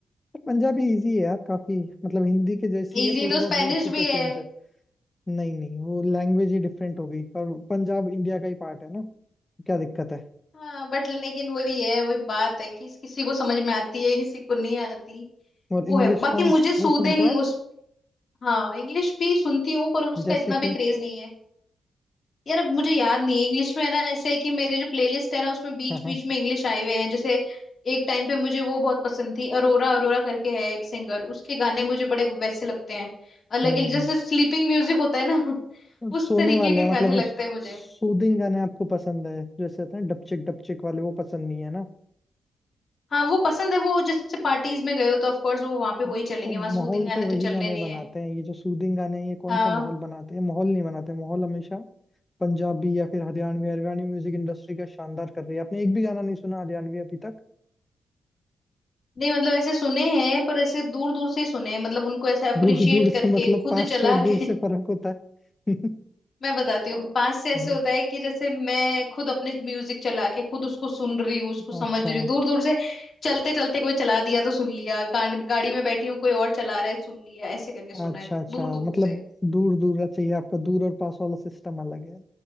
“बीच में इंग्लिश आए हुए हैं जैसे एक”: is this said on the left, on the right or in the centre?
Left